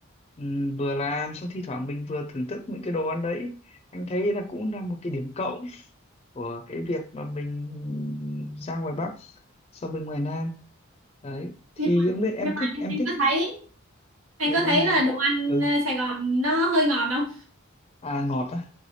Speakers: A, on the left; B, on the right.
A: ừm, vừa làm xong thi thoảng mình vừa thưởng thức những cái đồ ăn đấy anh thấy là cũng là một cái điểm cộng của cái việc mà mình ra ngoài Bắc so với ngoài Nam đấy thì
B: nhưng mà,
A: không biết em
B: nhưng mà
A: thích
B: anh,
A: em
B: anh
A: thích
B: có thấy anh
A: em
B: có
A: món
B: thấy
A: gì
B: là đồ ăn
A: ừ
B: ờ, Sài Gòn nó hơi ngọt không?
A: à ngọt á